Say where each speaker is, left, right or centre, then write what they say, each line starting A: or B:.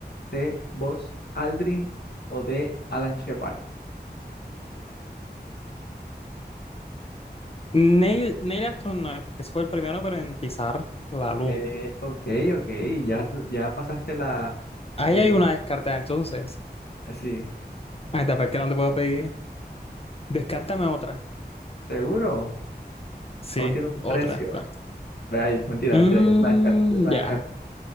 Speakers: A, on the left (about 70°); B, on the left (about 35°).
A: C. Buzz Aldrin. O D. Alan Shepard.
B: Neil, Neil astronauta, que fue el primero pero en pisar la luna.
A: Eh, ok, ok. Ya, ya pasaste la...
B: Ahí
A: El,
B: hay una descarta, entonces.
A: sí.
B: Ahí está tapé qué no te puedo pedir. Descártame otra.
A: ¿Seguro?
B: Sí,
A: No tiene un precio.
B: otra. Va.
A: Ay, mentira,
B: Mm,
A: mentira. Yo te la descarto. Yo te la
B: ya.
A: descarto.